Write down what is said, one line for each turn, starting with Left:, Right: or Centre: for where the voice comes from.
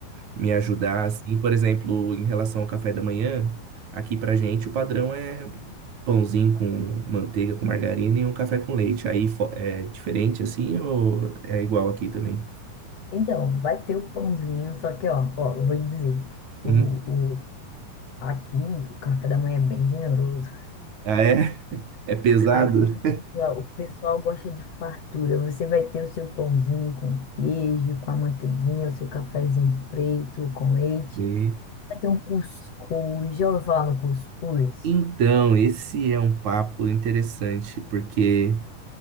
Right: me ajudar, assim, por exemplo, em relação ao café da manhã, aqui pra gente o padrão é pãozinho com manteiga, com margarina e um café com leite. Aí fo- é diferente assim ou é igual aqui também?
Left: Então, vai ter o pãozinho, só que, ó, ó, eu vou lhe dizer,
Right: Uhum.
Left: o, o, aqui o café da manhã é bem generoso.
Right: Ah, é? É pesado?
Left: Aqui ó, o pessoal gosta de fartura. Você vai ter o seu pãozinho com queijo, com a manteiguinha, o seu cafezinho preto, com leite.
Right: E-
Left: Vai ter um cuscuz. Já ouviu falar no cuscuz?
Right: Então, esse é um papo interessante, porque